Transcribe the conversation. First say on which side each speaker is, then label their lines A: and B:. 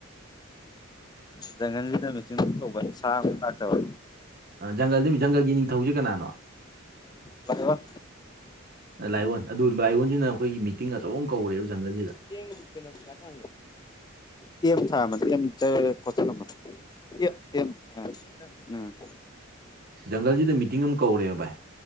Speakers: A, on the left; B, on the right.
A: ꯖꯪꯒꯜꯁꯤꯗ ꯃꯤꯆꯤꯟ ꯀꯧꯕ ꯁꯥ ꯑꯝꯇꯁꯨ ꯂꯥꯛꯇꯕ
B: ꯖꯪꯒꯜꯗꯨ ꯖꯪꯒꯜꯒꯤ ꯅꯤꯡꯊꯧꯁꯦ ꯀꯅꯥꯅꯣ
A: ꯍꯜꯂꯣ
B: ꯂꯥꯏꯑꯣꯟ ꯑꯗꯨ ꯂꯥꯏꯑꯣꯟꯁꯤꯅ ꯑꯩꯈꯣꯏꯒꯤ ꯃꯤꯇꯤꯡ ꯑꯆꯧꯕ ꯑꯃ ꯀꯧꯔꯦꯕ ꯖꯪꯒꯜꯁꯤꯗ
A: ꯆ ꯀꯩꯅꯣ ꯊꯒ ꯆꯦꯝ ꯁꯥꯕꯣꯜꯂꯝꯕ <inaudible> ꯑ ꯎꯝ <inaudible>
B: ꯖꯪꯒꯜꯁꯤꯗ ꯃꯤꯇꯤꯡ ꯑꯃ ꯀꯧꯔꯦꯕ ꯚꯥꯏ